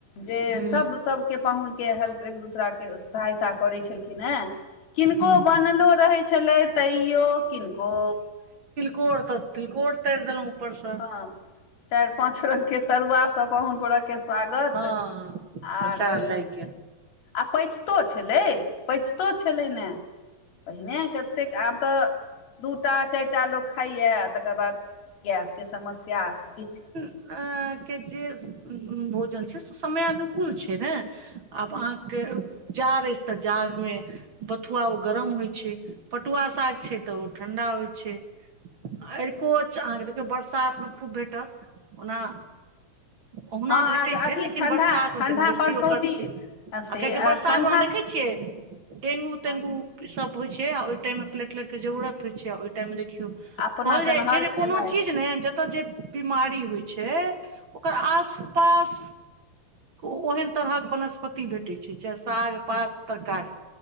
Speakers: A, on the left; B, on the right.
A: जे
B: हूँ
A: सब सब के पाहुनके हेल्प एक दोसराके सहायता करै छलखिन हेँ किनको
B: हूँ
A: बनलो रहै छलै तैयो किनको
B: कोर त तिलकोर तयर देलोउ उपरस
A: हँ चारि पाच रंग के तरुआ सब पाहुन पर के स्वागत
B: हँ
A: आरो
B: तऽ चार लागि गेल
A: आ पचितो छेलै पचितो छेलै ने पहिने कतेक आब तऽ दूटा चारि टा लोक खाइये आ तकर बाद गैसके समस्या तऽ किछु
B: ऐं के जे भोजन छै से समय अनुकूल छै ने आब अहाँ के जाड़ अछि तऽ जाड़ मे बथुआ ओ गरम होइ छै पटुआ साग छै तऽ ओ ठंडा होइ छै छै आरिकोच अहाँके देखियौ बरसात मे खूब भेटत ओना ओहुना
A: हँ आ
B: भेटै छै
A: अथी
B: लेकिन
A: ठण्ढा
B: बरसातमे
A: ठण्ढा
B: कनि बेसी
A: परसौती
B: ओकर छै आ
A: से
B: कियकि बरसात
A: ठण्ढा
B: मे अहाँ देखै डेंगू
A: आ
B: तेंगू ई सब होइ छै आ ओहि टाइम मे प्लेलेट के जरूरत होइ छै टाइम देखियौ
A: अपना
B: कहल
A: सभमे
B: जाइ
A: हर
B: छै जे
A: खेनाइ
B: कोनो चीज ने जतय जे बीमारी होइ छै ओकर आस पास ओहन तरहक वनस्पति भेटैत छै चाहे साग पात तरकारी